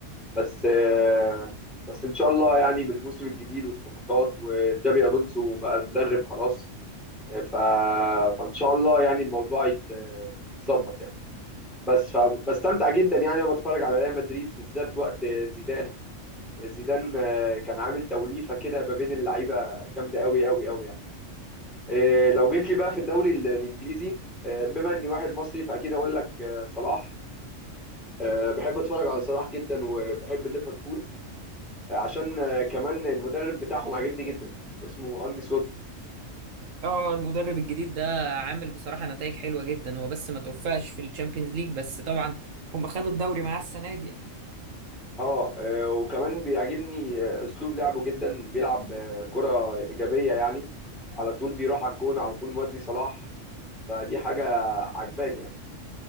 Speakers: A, in the centre; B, on the right.
A: بس آه، بس ان شاء الله يعني بالموسم الجديد والصفقات وجابي الونسو بقى المدرب خلاص آه، ف... فان شاء الله يعني الموضوع يت... يتظبط يعني بس فبستمتع جدا يعني وانا بتفرج على ريال مدريد بالذات وقت زيدان زيدان آه، كان عامل توليفه كده ما بين اللعيبه جامده قوي قوي قوي يعني آه، لو جيت لي بقى في الدوري ال- الانجليزي آه، بما اني واحد مصري فاكيد هقول لك آه، صلاح آه، بحب اتفرج على صلاح جدا وبحب ليفربول آه، عشان آه، كمان المدرب بتاعهم عاجبني جدا اسمه ارني سلوت
B: اه المدرب الجديد ده عامل بصراحه نتائج حلوه جدا هو بس ما توفقش في الشامبيونز ليج بس طبعا هم خدوا الدوري معاه السنه دي يعني
A: اه آه، وكمان بيعجبني آه، اسلوب لعبه جدا بيلعب آه، كرة ايجابية يعني على طول بيروح على الجون على طول مودي صلاح فدي حاجة عجباني يعني